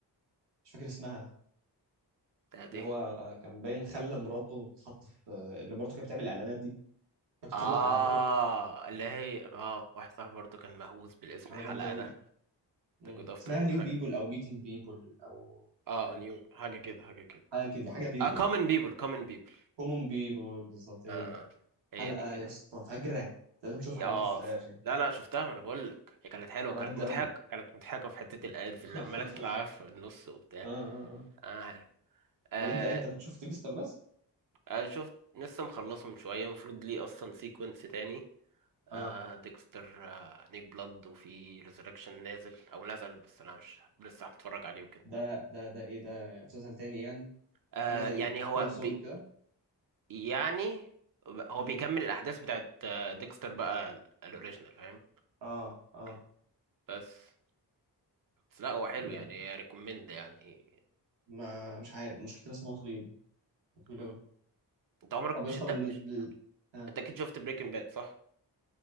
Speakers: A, on the right; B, on the right.
A: مش فاكر اسمها
B: بتاعت
A: اللي
B: ايه
A: هو كان باين خلى مراته تتحط في آه، اللي مراته كانت بتعمل اعلانات دي كانت
B: اه
A: بتطلع اعلانات
B: اللي هي اه واحد صاحبي برضه كان مهووس بالاسم
A: على
B: الحلقة
A: جامده قوي
B: ده
A: مم.
B: ده جود افترنون
A: اسمها نيو
B: حاجة
A: بيبل او ميتنج بيبل او
B: اه
A: فاكر.
B: نيو حاجة كده حاجة كده
A: حاجه كده حاجه بيبل
B: اه common
A: يعني
B: people common people
A: كومون بيبل بالظبط هي
B: اه
A: دي
B: اه هي
A: حلقه
B: دي كانت
A: يا اسطى فجره لازم تشوفها
B: ياس
A: لو انت شفتهاش يعني
B: لا لا شفتها ما انا بقول لك هي كانت حلوة
A: حلقه
B: كانت
A: جامده
B: مضحكة
A: قوي
B: كانت مضحكة في حتة الادز
A: <laughs>
B: اللي عمالة تطلع في النص وبتاع
A: اه اه اه
B: اه حلو. آه
A: طب انت ايه انت بتشوف ديكستر بس
B: آه، شفت لسه مخلصه من شوية المفروض ليه اصلا سيكونس تاني آه
A: اه
B: ديكستر آه نيك بلاد وفي ريزركشن نازل او نزل بس انا مش لسه هتفرج عليه وكده
A: ده ده ده ايه ده مسلسل تاني يعني
B: آه
A: حاجه زي
B: يعني هو
A: كول سول
B: بي
A: كده
B: يعني هو
A: مم.
B: بيكمل الاحداث بتاعت آه ديكستر بقى ال- الاوريجينال فاهم
A: اه اه
B: كده. بس بس لا هو حلو
A: يعني
B: يعني ريكومند يعني
A: ما مش عارف مشكلتي بس ان هو طويل طويل
B: مم.
A: قوي
B: انت عمرك
A: طب يا
B: مش
A: اسطى
B: انت
A: بن-
B: مش
A: بال- آه.
B: انت اكيد شفت بريكنج باد صح